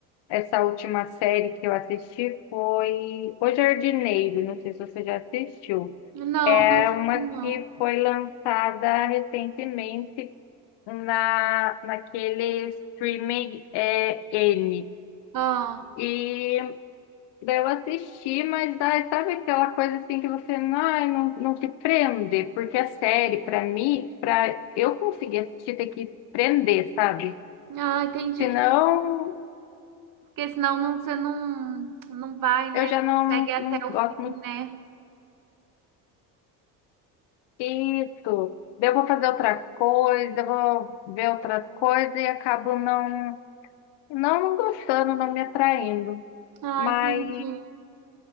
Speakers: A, on the left; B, on the right.
A: Essa última série que eu assisti foi O Jardineiro, não sei se você já assistiu.
B: não,
A: É
B: não assisti
A: uma que
B: não.
A: foi lançada recentemente na, naquele streaming é, N.
B: Ah,
A: E daí eu assisti, mas daí, sabe aquela coisa assim que você ai, não, não te prende? Porque a série, para mim, para eu conseguir assistir, tem que prender, sabe?
B: ah, entendi.
A: Senão,
B: Porque senão não, você não, não vai, né?
A: eu já não,
B: Consegue
A: não,
B: até
A: não
B: o
A: gosto
B: fim,
A: muito
B: né?
A: Isso. Daí Eu vou fazer outra coisa, eu vou ver outras coisas e acabo não, não, não gostando, não me atraindo.
B: Ah,
A: Mas
B: entendi.